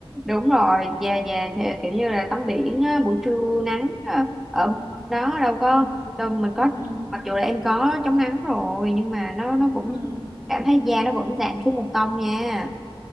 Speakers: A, in the centre; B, on the left (about 40°).
A: đúng rồi về về thì kiểu như là tắm biển á, buổi trưa nắng á,
B: ừ.
A: ở đó đâu có
B: Ừ.
A: đâu mình có
B: Ừ.
A: mặc dù là em có chống nắng rồi nhưng mà nó nó vẫn
B: Ừ.
A: cảm thấy da nó vẫn giảm xuống một tông nha